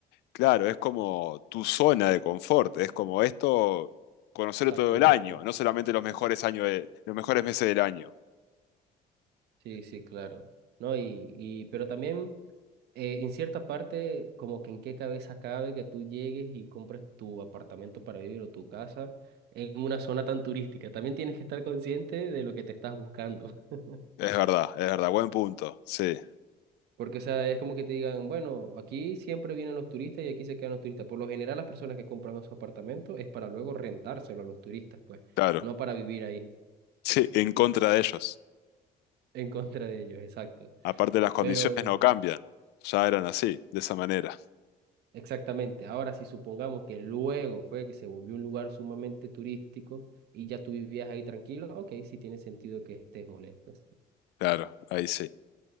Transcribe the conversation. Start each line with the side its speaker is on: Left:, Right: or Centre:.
Left: claro, es como tu zona de confort, es como esto, conocerlo
Right: Exactamente.
Left: todo el año, no solamente los mejores años de- los mejores meses del año.
Right: Sí, sí, claro. No, y, y pero también eh, en cierta parte, como que en qué cabeza cabe que tú llegues y compres tu apartamento para vivir o tu casa en una zona tan turística. También tienes que estar consciente de lo que te estás buscando. <laughs>
Left: Es verdad, es verdad, buen punto, sí,
Right: Porque, o sea, es como que te digan, bueno, aquí siempre vienen los turistas y aquí se quedan los turistas. Por lo general, las personas que compran su apartamento es para luego rentárselo a los turistas, pues,
Left: claro.
Right: no para vivir ahí,
Left: Sí, en contra de ellos.
Right: en contra de ellos, exacto.
Left: Aparte, las condiciones
Right: Pero
Left: no cambian. Ya eran así, de esa manera.
Right: Exactamente. Ahora, si supongamos que luego fue que se volvió un lugar sumamente turístico y ya tú vivías ahí tranquilo, ok, sí tiene sentido que estés molesto.
Left: Claro, ahí sí.